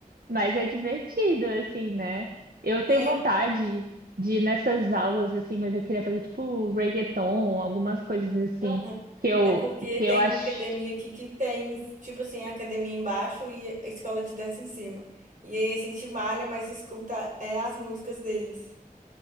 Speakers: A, on the right; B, on the right.
A: Mas é divertido, assim, né? Eu tenho
B: É,
A: vontade de ir nessas aulas, assim, mas eu queria fazer, tipo, reggaeton, algumas coisas assim,
B: Aham.
A: que eu,
B: É porque
A: que
B: tem
A: eu acho
B: uma academia aqui que tem, tipo assim, a academia embaixo e a escola de dança em cima. E aí a gente malha, mas escuta é, as músicas deles.